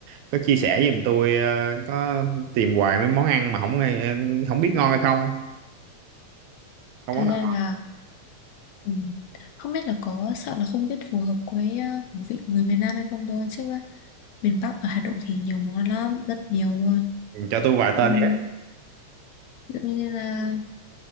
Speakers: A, on the right (about 75°); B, on the left (about 75°).
A: có chia sẻ giùm tôi ờ, có tìm hoài mấy món ăn mà không nghe- không biết ngon hay không không
B: thật
A: món nào
B: ra là ừm, không biết là có sợ là không biết phù hợp với ờ, khẩu vị của người miền Nam hay không thôi chứ miền Bắc ở Hà Nội thì nhiều món ăn lắm rất nhiều luôn
A: Ừ, cho tôi vài
B: Ừm,
A: tên với
B: tự nhiên là